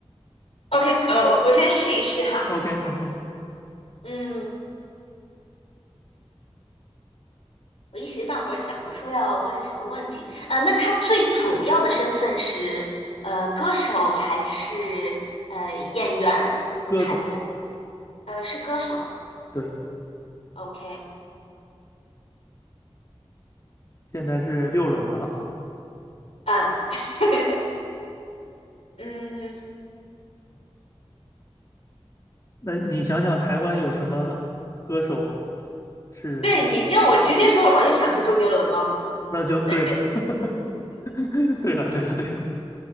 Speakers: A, on the left; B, on the left.
A: ，OK，呃，我我先试一试哈。
B: <laughs> OK OK，
A: 嗯，我一时半会儿想不出要问什么问题。呃，那他最主要的身份是呃歌手还是呃演员？
B: 歌手，
A: 还呃是歌手
B: 对，
A: ？OK，
B: 现在是六轮了啊。
A: 嗯 <laughs> 嗯，
B: 那你想想台湾有什么歌手是？
A: 对你让我直接说的话，就想是周杰伦了。
B: 那就对了，
A: 但是，
B: <laughs> 对了，对了，对了，